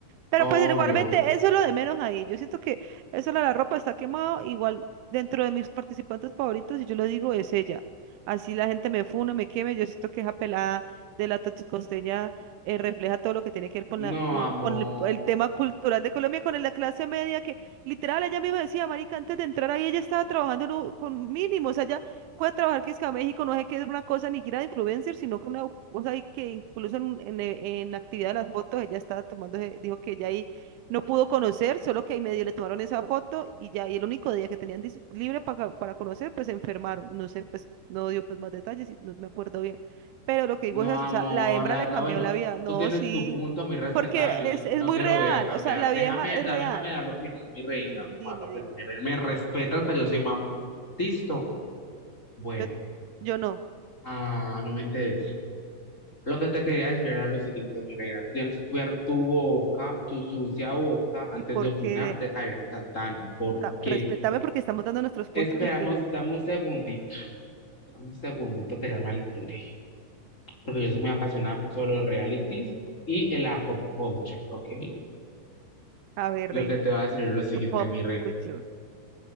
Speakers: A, on the right; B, on the left.
A: Pero
B: Obvio.
A: pues igualmente, eso es lo de menos ahí. Yo siento que eso de la ropa está quemado. Igual dentro de mis participantes favoritos, y yo lo digo, es ella. Así la gente me fune, me queme. Yo siento que esa pelada de la toxicosteña eh, refleja todo lo que tiene que ver con,
B: No,
A: la, con,
B: amor.
A: con el, el tema cultural de Colombia, con la clase media, que literal ella misma decía, marica, antes de entrar ahí ella estaba trabajando en un- con mínimos. allá fue a trabajar que es que a México, no sé qué es una cosa ni que era de influencer, sino que una cosa ahí que incluso en, en, eh, en la actividad de las fotos ella estaba tomando, dijo que ella ahí no pudo conocer, solo que ahí medio le tomaron esa foto y ya, y el único día que tenían dis- libre para, para conocer, pues se enfermaron, no sé, pues no dio pues más detalles, y no me acuerdo bien, pero lo que digo
B: No,
A: es eso,
B: amor.
A: o sea, la hembra
B: La
A: le
B: verdad,
A: cambió
B: bueno,
A: la vida, no,
B: tú tienes
A: sí,
B: tu punto muy respetable.
A: porque es,
B: Yo no
A: es
B: no
A: muy
B: te
A: real,
B: lo voy a cambiar.
A: o sea, la
B: Déjame,
A: vieja es
B: da-
A: real,
B: déjame dar la opinión, mi reina.
A: dime, dime,
B: Bueno, la opinión,
A: dime,
B: mi reina. Me respetas que yo soy mamá. ¿Listo? Bueno.
A: yo, yo no,
B: Ah, no me interesa. Lo que te quería decir era lo siguiente, Mireia, tú tienes que cuidar tu boca, tu sucia boca,
A: ¿y
B: antes
A: por
B: de opinar
A: qué?
B: de Karen Santana, porque
A: Ta- Respétame porque estamos dando nuestros
B: esperamos,
A: puntos de opinión.
B: dame un segundito, dame un segundito que ya me altere, porque yo soy muy apasionada por- sobre los realities y el la pop culture, ¿ok?
A: A ver,
B: Lo
A: reina,
B: que te voy a decir es lo siguiente,
A: tu pop
B: mi rey.
A: culture